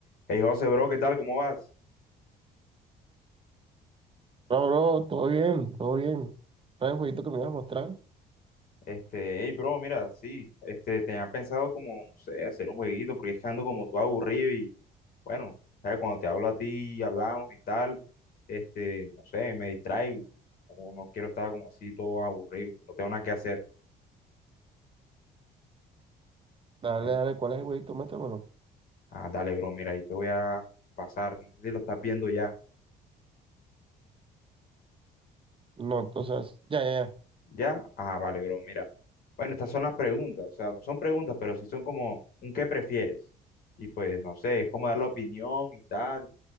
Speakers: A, on the left; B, on the right.
A: Hey José, bro, ¿qué tal? ¿Cómo vas?
B: No, bro, todo bien, todo bien. ¿Cuál es el jueguito que me ibas a mostrar?
A: Este, hey, bro, mira, sí, este, tenía pensado como, no sé, hacer un jueguito, porque es que ando como tú aburrido y, bueno, ¿sabes? Cuando te hablo a ti, hablamos y tal, este, no sé, me distraigo, o no no quiero estar como así todo aburrido, no tengo nada que hacer.
B: Dale,
A: Ent-
B: dale, ¿cuál es el jueguito? Muéstramelo.
A: ah, dale, bro, mira, ahí te voy a pasar, no sé si lo estás viendo ya,
B: No, o sea, ya, ya, ya.
A: ¿ya? Ah, vale, bro, mira. Bueno, estas son las preguntas, o sea, no son preguntas, pero sí son como un qué prefieres. Y pues, no sé, es como dar la opinión y tal.